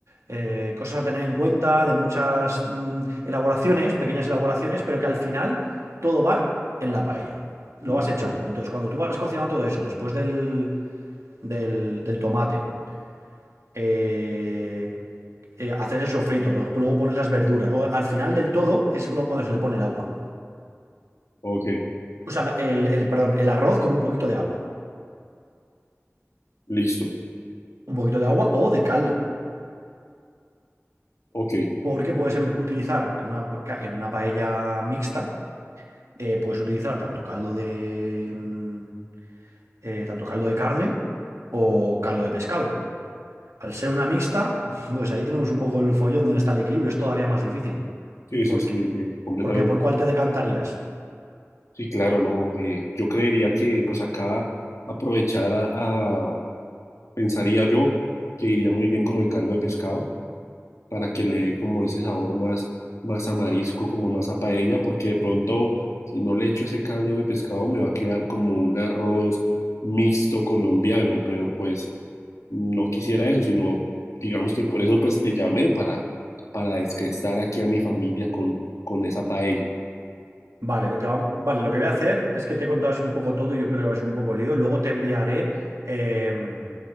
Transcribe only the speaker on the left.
Listo.
Ok,
listo.
Ok.
Sí, sí,
sí, sí, completamente.
Sí, claro, no. eh, yo creería que pues acá aprovechar a, a- pensaría yo que iría muy bien como el caldo de pescado. para que le dé como ese sabor más, más a marisco, como más a paella, porque de pronto si no le echo ese caldo de pescado me va a quedar como un arroz mixto colombiano, pero pues no quisiera eso, sino digamos que por eso pues te llamé para, para estar aquí a mi familia con, con esa paella.